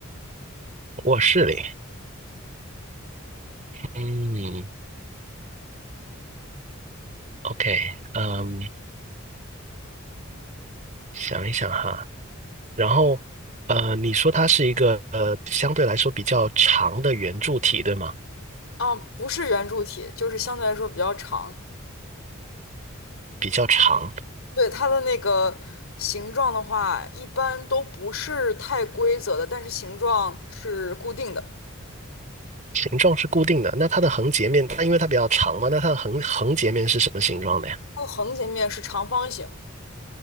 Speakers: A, on the right; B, on the left.
A: 卧室里。嗯，OK，嗯，想一想哈，然后呃，你说它是一个呃相对来说比较长的圆柱体，对吗？
B: 嗯，不是圆柱体，就是相对来说比较长。
A: 比较长。
B: 对，它的那个形状的话，一般都不是太规则的，但是形状是固定的。
A: 形状是固定的，那它的横截面，它因为它比较长嘛，那它的横横截面是什么形状的呀？
B: 它的横截面是长方形，